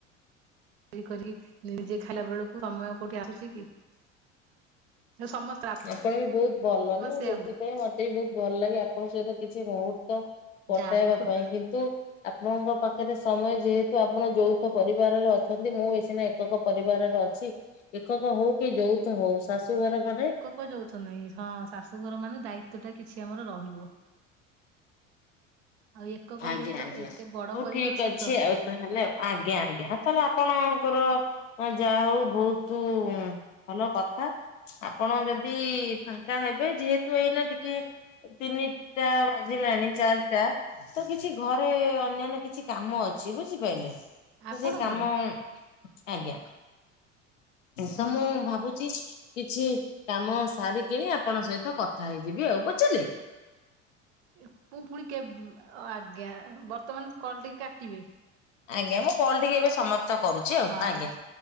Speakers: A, on the right; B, on the left.
A: କରି କରି ନିଜେ ଖାଇଲା ବେଳକୁ ସମୟ କଉଠି ଆଉଚି କି? ସମସ୍ତେ
B: ଆପଣ ବି ବହୁତ ଭଲ
A: ଆପଣ
B: ନା
A: ସେୟା
B: ସେଥିପାଇଁ
A: ହଉ
B: ମତେ ବି ବହୁତ ଭଲ ଲାଗେ ଆପଣଙ୍କ ସହିତ କିଛି ମୁହୂର୍ତ୍ତ କଟାଇବା
A: ଯାହା ହଉ
B: ପାଇଁ କିନ୍ତୁ ଆପଣଙ୍କ ପାଖରେ ସମୟ ଯେହେତୁ ଆପଣ ଯୋଉଥ ପରିବାରରେ ଅଛନ୍ତି ମୁଁ ଏ ସିନା ଏକକ ପରିବାରର ଅଛି ଏକକ ହଉ କି ଯଉଥ ହଉ ଶାଶୁଘର ମାନେ
A: କ ଯଉଥ ନାଇ ହଁ ଶାଶୁଘର ମାନେ ଦାୟିତଵ ଟା କିଛି ଆମର ରହିବ। ଆଉ ଏକକ
B: ଆଜ୍ଞା
A: ଯୌଥ
B: ଆଜ୍ଞା
A: ଏତେ ବଡ
B: ହଉ
A: ପରିବାର
B: ଠିକ
A: ସତ
B: ଅଛି, ଆଉ ତାହେଲେ ଆଜ୍ଞା ଆଜ୍ଞା ତାହେଲେ ଆପଣଙ୍କର ହଁ ଯାହା ହଉ ବହୁତ ଭଲ କଥା। ଆପଣ ଯଦି ଫାଙ୍କା ହେବେ ଯେହେତୁ ଏଇନା ଟିକେ ତିନିଟା ବାଜିଲାଣି ଚାରିଟା, ତ କିଛି ଘରେ ଅନ୍ୟାନ୍ୟ କିଛି କାମ ଅଛି ବୁଝିପାରିଲେ? ତ
A: ଆପଣଙ୍କର
B: ସେ କାମ, ଆଜ୍ଞା। ତ ମୁଁ ଭାବୁଛି କିଛି କାମ ସାରି କିଣି ଆପଣଙ୍କ ସହିତ କଥା ହେଇଯିବି ଆଉ, ବୁଝିଲି।
A: ଏ ପୁ ପୁଣି କେବ ଆଜ୍ଞା ବର୍ତ୍ତମାନ କଲ ଟିକେ କାଟିବେ।
B: ଆଜ୍ଞା ମୁଁ କଲ ଟିକି ଏବେ ସମାପ୍ତ କରୁଛି ଆଉ
A: ହଁ
B: ଆଜ୍ଞା।
A: ଆଚ୍ଛା,